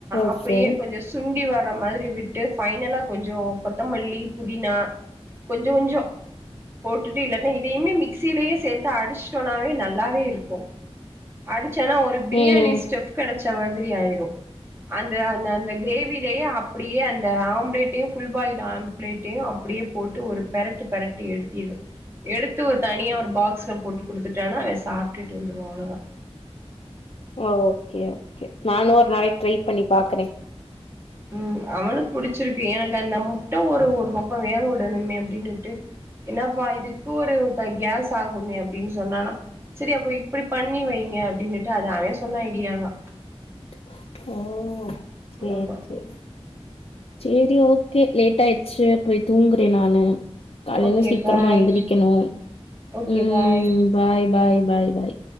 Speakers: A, on the left; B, on the right.
A: ஓகே
B: அப்டியே கொஞ்சொ சுண்டி வ ர மாதிரி விட்டு ஃபைனலா கொஞ்சொ கொத்தமல்லி புதினா கொஞ்ச கொஞ்சொ போட்டுட்டு இல்லாட்னா இதையுமே மிக்ஸ் சீலயே சேத்து அடிச்ட்டோனாவே நல்லாவே இருக்கு அடி ச்சனா ஒரு பிரியாணி
A: ம்
B: ஸ்டெஃப் கெடச்ச மாதி ரி ஆயிரு அந்த அந்த அந்த கிரேவிலேயே அப்டியே அந்த ஆம்ப்ளேட்டையு ஃபுல் பாயில் ஆம்ப்ளேட்டையு அப்டியே போட்டு ஒரு பெரட்டு பெரட்டி எடுத்திரு எடுத்து ஒரு தனியா ஒரு பாக்ஸ்ல போட்டு குடுத்துட்டானா அவெ சாப்டுட்டு வந்துருவா அவ்ளதா
A: ஓகே ஓகே நானு ஒரு நாளைக் ட்ரை பண்ணி பாக்குறே
B: உம் அவனுக் புடிச்சிருக்கு எனக்கு அந்த முட்ட ஒரு ஒரு பக்க வேக விடணுமே அப்டின்னுட்டு என்னாப்பா இதுக்கு ஒரு ப கேஸ் ஆகுமே அப்டின் சொன்னானா செரி அப்ப இப்டி பண்ணி வைங்க அப்டின்னுட்டு அது அவெ சொன்ன ஐடியா தா
A: <inaudible> ஓ சேரி
B: ஆமா
A: சேரி சேரி ஓ கே லேட் ஆயிச்சு போய் தூங்கு ட்டே நானு காலையில
B: ஓகே
A: சீக்கிரமா
B: பாய்
A: எந்திரக்கணு
B: ஓகே
A: உம்
B: பாய்
A: பாய் பாய் பாய் பாய்